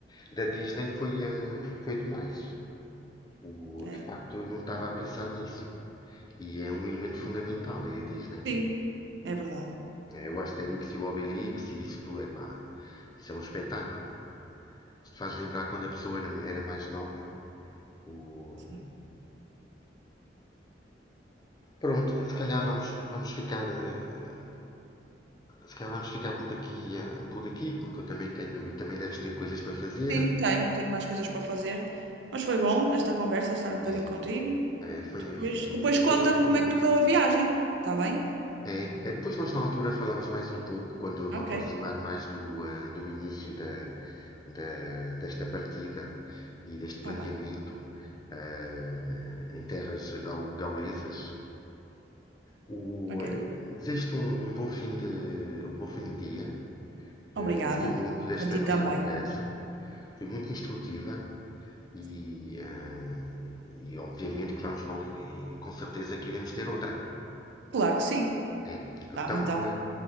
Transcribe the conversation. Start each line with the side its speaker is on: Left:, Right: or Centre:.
Left: da Disney foi, eh, foi demais. O,
Right: É.
Left: de facto, eu não estava a pensar nisso. E é um elemento fundamental, é a Disney.
Right: Sim, é verdade.
Left: É o Asterix e o Obelix e isso tudo, epá, isso é um espetáculo. Isto faz lembrar quando a pessoa era, era mais nova. O,
Right: Sim.
Left: pronto, se calhar vamos, vamos ficar. eh, se calhar vamos ficar por aqui, eh, por aqui, porque eu também tenho e também deves ter coisas para fazer.
Right: Sim, tenho, tenho mais coisas para fazer. Mas foi bom esta conversa, estar um bocadinho
Left: É,
Right: contigo.
Left: é, foi,
Right: Depois,
Left: foi-
Right: depois conta-me
Left: eu também gostei
Right: como
Left: muito.
Right: é que correu a viagem. Está bem?
Left: É, é, depois nós na altura falámos mais um pouco quando eu me
Right: Ok.
Left: aproximar mais do, ah, do início da, da- desta partida e deste
Right: Está
Left: planeamento
Right: bem.
Left: ah, em terras gau- gaulesas. O,
Right: Ok.
Left: eu desejo-te um, um bom fim de, um bom fim de dia.
Right: Obrigada.
Left: Eh, gostei muito desta
Right: Para ti
Left: nossa
Right: também.
Left: conversa. Foi muito instrutiva e,
Right: Sim.
Left: eh, e obviamente que vamos voltar, e com certeza que iremos ter outra.
Right: Claro que sim.
Left: É,
Right: Tá,
Left: então,
Right: então.
Left: eh,